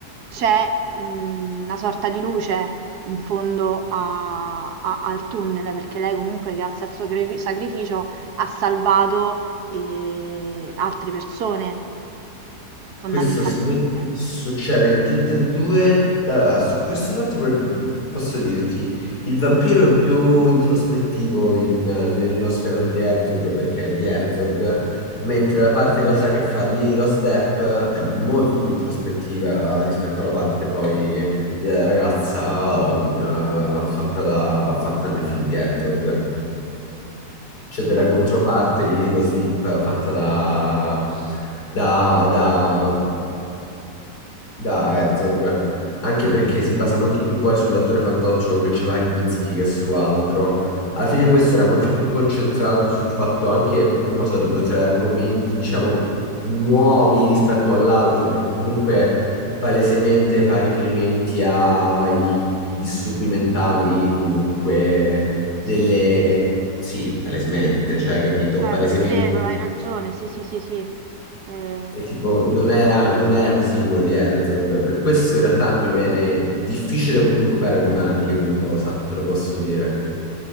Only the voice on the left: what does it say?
Questo sì, succede in tutte e due. Allora, su questo fatto per- per- posso dirti, il
vampiro è più introspettivo in, nello sferato di Herzog, perché è di Herzog, mentre la parte in realtà che fa lì Rose Depp è molto più introspettiva rispetto alla parte poi della ragazza eh, fatta, da, fatta nel film di Herzog c'è della
controparte di Lilo Zip fatta da, da, da, da Herzog, anche perché si basa molto più poi sull'attore fantoccio che c'era Kinski che su altro. Alla fine questo era molto più concentrato sul fatto anche, non so, di portare argomenti, diciamo, nuovi rispetto all'altro, perché comunque palesemente fa riferimenti ai ai disturbi mentali, comunque delle,
sì, palesemente, cioè, capito,
palesemente,
eh, Sì. tipo, non era, non era così quello di Herzog, per questo in realtà mi viene difficile comunque paragonarli come cosa, te lo posso dire.